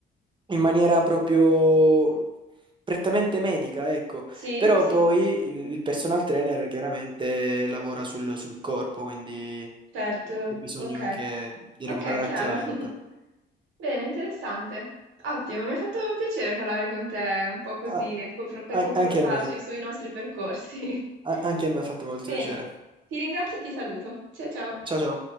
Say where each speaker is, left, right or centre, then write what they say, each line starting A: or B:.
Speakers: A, on the right (about 25°); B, on the right (about 80°).
A: in maniera proprio prettamente medica, ecco.
B: Sì,
A: Però
B: sì,
A: poi il, il personal trainer chiaramente lavora sul, sul corpo, quindi
B: certo.
A: mm, hai bisogno
B: Ok.
A: anche di
B: Ok,
A: recuperare
B: chiaro.
A: attivamente.
B: <laughs> Bene, interessante. Ottimo, mi ha fatto piacere parlare con te un po' così,
A: Ah,
B: confro- per
A: an-
B: confrontarci
A: anche a me,
B: sui nostri percorsi. <laughs>
A: a- anche a me ha fatto molto
B: Bene,
A: piacere.
B: ti ringrazio e ti saluto. Ciao ciao.
A: Ciao ciao.